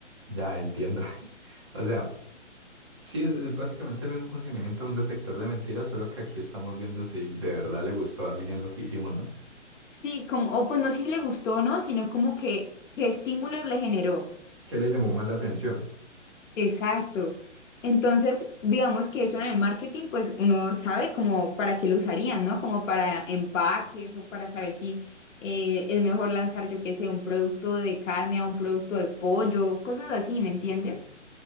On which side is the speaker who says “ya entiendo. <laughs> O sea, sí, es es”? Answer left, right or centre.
Right